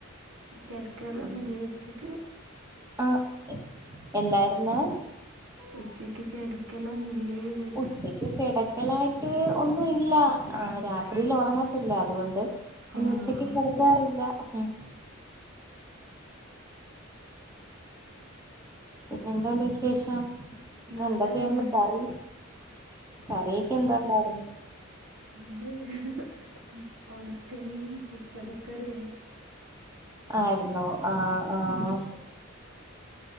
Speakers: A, on the right (about 85°); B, on the right (about 15°).
A: കിടക്കാലോന്നും
B: ഉം
A: ഇലേ ഉച്ചക്ക്
B: ആഹ് എന്തായിരുന്ന്?
A: ഉച്ചയ്ക്ക് കിടക്കലോന്നില്ലേ ചോയ്
B: ഉച്ചയ്ക്ക് കിടക്കലായിട്ട് ഒന്നും ഇല്ല. രാത്രിയിൽ ഉറങ്ങത്തില്ല. അതുകൊണ്ട് പിന്നെ
A: ആഹ്
B: ഉച്ചക്ക് കിടക്കാറില്ല ഉം പിന്നെ എന്തണ്ട് വിശേഷം ഇന്നെന്തൊക്കെയായിരുന്നു
A: നല്ലതന്നെ
B: കറി കറിക്ക് എന്തോണ്ടായിരുന്നു
A: എന്തുല്ല ഉണക്കമീനും പപ്പടക്കറിയാ
B: ആയിര്ന്നോ ആഹ് ആഹ്
A: ഉം